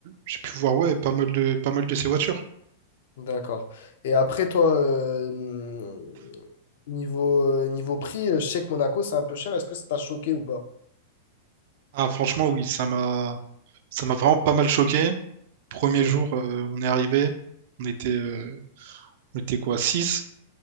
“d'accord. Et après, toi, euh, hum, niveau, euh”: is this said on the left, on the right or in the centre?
Left